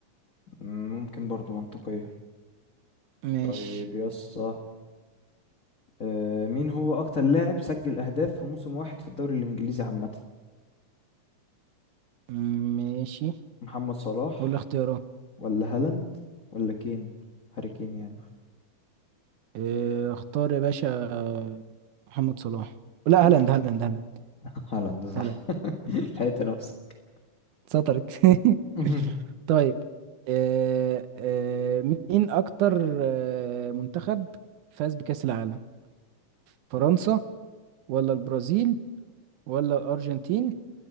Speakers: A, on the left (about 35°); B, on the right (about 75°).
A: مم، ممكن برضو منطقية
B: ماشي
A: طيب يسطا آه، مين هو اكتر لاعب سجل اهداف في موسم واحد في الدوري الانجليزي عامة
B: مم، ماشي
A: محمد صلاح
B: قول لي اختيارات
A: ولا هالاند ولا كين هاري كين يعني
B: آه، اختار يا باشا آه، محمد صلاح لا
A: لا
B: هالاند هالاند هالاند
A: <laughs> هالاند صح
B: هالاند
A: <laughs> لحقت نفسك
B: سطرت <laughs>
A: <laughs>
B: طيب آه، آه، مين اكتر آه، منتخب فاز بكأس العالم فرنسا ولا البرازيل ولا الأرجنتين